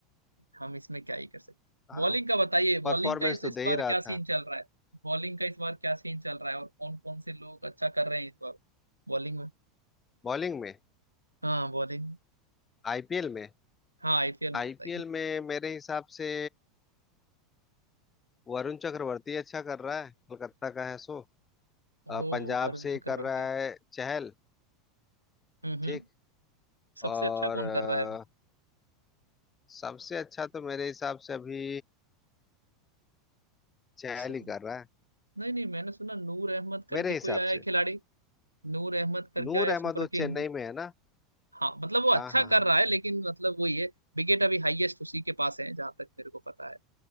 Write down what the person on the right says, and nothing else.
हम इसमें क्या ही कर सकते हैं।
बॉलिंग का बताइए बॉलिंग
का इस
इस
बार
क्या
सीन चल रहा है बॉलिंग का इस बार क्या सीन चल रहा है और कौन कौन से लोग अच्छा कर रहे हैं इस बार बॉलिंग में
हाँ बॉलिंग में,
हाँ आईपीएल में
बताइए
ओ
वरुण
चक्रवर्ती
हम्म
हम्म सबसे
अच्छा कौन
कर रहा है अभी
स-
नहीं नहीं मैंने सुना नूर अहमद करके
कोई
आया है
खिलाड़ी नूर अहमद करके
आया सुपर
किंग
में
हाँ मतलब वो अच्छा
कर रहा है लेकिन मतलब वही है विकेट अभी हाईएस्ट उसी के पास है जहां तक मेरे को पता है